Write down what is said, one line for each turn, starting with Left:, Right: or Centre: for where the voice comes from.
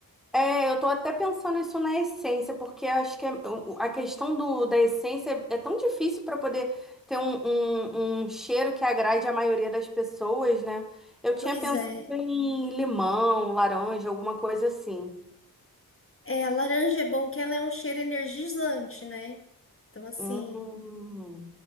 Centre: É, eu tô até pensando isso na essência, porque acho que é- o- o- a questão do, da essência é tão difícil para poder ter um, um, um cheiro que agrade a maioria das pessoas, né? Eu tinha
Left: Pois
Centre: pensado
Left: é.
Centre: em limão, laranja, alguma coisa assim.
Left: É, a laranja é bom que ela é um cheiro energizante, né? Então, assim,
Centre: Hum.